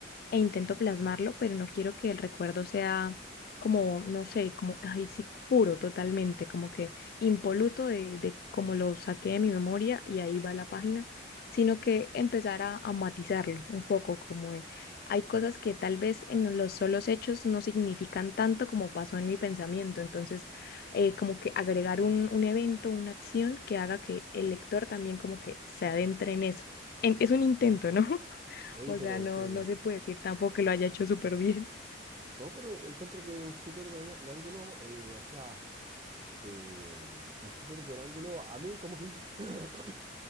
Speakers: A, on the left (about 50°); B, on the right (about 25°).
A: e intento plasmarlo, pero no quiero que el recuerdo sea como, no sé, como, ay, sí, puro totalmente, como que impoluto de, de como lo saqué de mi memoria y ahí va la página, sino que empezar a, a matizarlo un poco, como de, hay cosas que tal vez en los solos hechos no significan tanto como pasó en mi pensamiento, entonces eh, como que agregar un, un evento, una acción que haga que el lector también como que se adentre en eso. En- es un intento, ¿no?
B: Oye,
A: O
B: pero
A: sea, no,
B: que...
A: no se puede decir tampoco que lo haya hecho súper bien. <laughs>
B: No, pero encuentro que es un súper buen ángulo, eh, o sea, eh, un súper buen ángulo. A mí como que <clears throat>